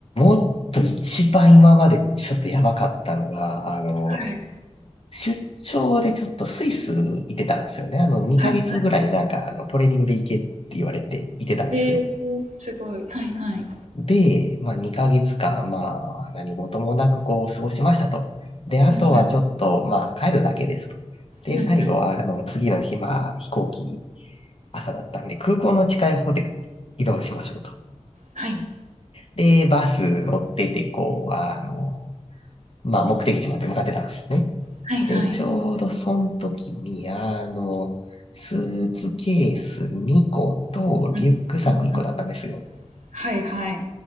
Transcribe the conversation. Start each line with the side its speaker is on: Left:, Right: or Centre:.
Left: っと一番今までちょっとやばかったのが、あの、
Right: はい。
Left: 出張でちょっとスイス行ってたんですよね。あの、2ヶ月ぐらいなんか、
Right: はいはい。
Left: あの、トレーニングで行けって言われて行ってたんですよ。
Right: えー、すごい。はいはい。
Left: で、まあ、2ヶ月間、まあ、何事もなくこう、過ごしましたと。で、あとはちょっと、
Right: うんうん。
Left: まあ、帰るだけですと。で、
Right: うんうん。
Left: 最後は、あの、次の日、まあ、飛行機、朝だったんで、空港の近いホテル移動しましょうと。
Right: はい。
Left: で、バス乗ってて、こう、あの、まあ、目的地まで向かってたんですよね。
Right: はいはい。
Left: で、ちょうどその時に、あの、スーツケース2個とリュックサック1個だったんですよ。
Right: うん、うん、うん。はいはい。